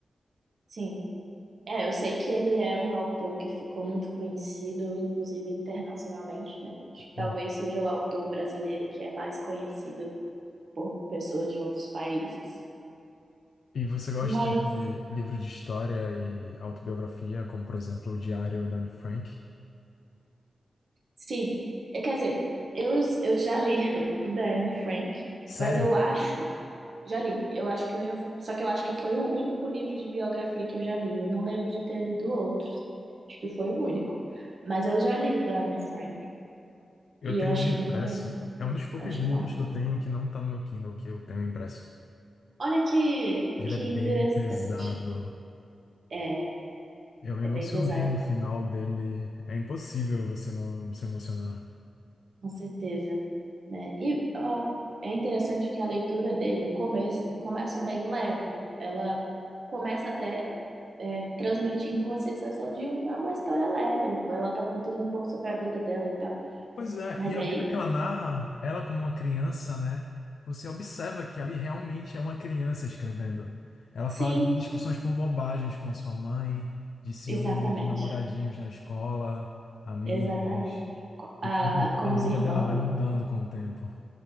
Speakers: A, on the right; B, on the left.
A: Sim. É, eu sei que ele é um autor que ficou muito conhecido, inclusive internacionalmente, né? Acho que talvez
B: Uhum.
A: seja o autor brasileiro que é mais conhecido por pessoas de outros países.
B: E você gosta
A: Mas
B: de livro de história e autobiografia, como, por exemplo, O Diário da Anne Frank?
A: Sim, É, quer dizer, eu, eu já li <laughs> o da Anne Frank,
B: Sério?
A: mas eu acho, já li, eu acho que eu já, só que eu acho que foi o único livro de biografia que eu já li, eu não lembro de ter lido outros, acho que foi o único, mas eu já li o da Anne Frank,
B: Eu
A: e
B: tenho
A: eu achei
B: ele impresso.
A: muito, eu
B: É um dos poucos
A: achei
B: livros
A: bom.
B: que eu tenho que não tá no meu Kindle, que eu tenho impresso.
A: Olha que,
B: Ele
A: que
B: é bem
A: interessante,
B: pesado.
A: é,
B: Eu me
A: é
B: emocionei
A: bem pesado,
B: no final dele. É impossível você não se emocionar.
A: com certeza, né, e ó, é interessante que a leitura dele, o começo, começa bem leve, ela começa até é, transmitindo uma sensação de um- é uma história leve. né? Ela tá contando um pouco sobre a vida dela e tal.
B: Pois é,
A: Mas
B: e
A: aí,
B: a vida que ela narra, ela como uma criança, né? Você observa que ali realmente é uma criança escrevendo. Ela
A: sim,
B: fala de discussões por bobagens com sua mãe, de ciúmes,
A: exatamente.
B: de namoradinhos na escola, amigas,
A: Exatamente. Co-
B: e
A: a-
B: como
A: com
B: a vida
A: os irmãos,
B: dela vai mudando com o tempo.